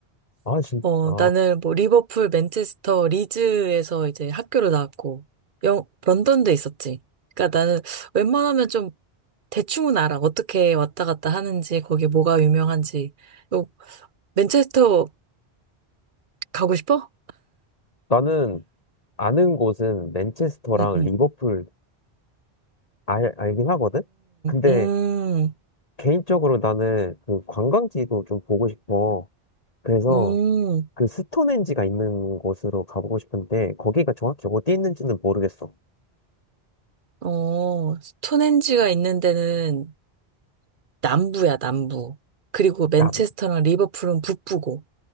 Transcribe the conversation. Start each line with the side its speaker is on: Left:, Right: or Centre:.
Left: 아, 진,
Right: 어,
Left: 아.
Right: 나는 뭐, 리버풀, 맨체스터, 리즈에서 이제 학교를 나왔고, 영, 런던도 있었지. 그러니까 나는 웬만하면 좀 대충은 알아. 어떻게 왔다 갔다 하는지, 거기 뭐가 유명한지. 요, 맨체스터 가고 싶어?
Left: 나는 아는 곳은 맨체스터랑
Right: 응응
Left: 리버풀 알, 알긴 하거든? 근데,
Right: 음,
Left: 개인적으로 나는 그 관광지도 좀 보고 싶어. 그래서,
Right: 음, 음.
Left: 그 스톤헨지가 있는 곳으로 가보고 싶은데 거기가 정확히 어디 있는지는 모르겠어.
Right: 어, 스톤헨지가 있는 데는 남부야, 남부. 그리고 맨체스터랑
Left: 나,
Right: 리버풀은 북부고.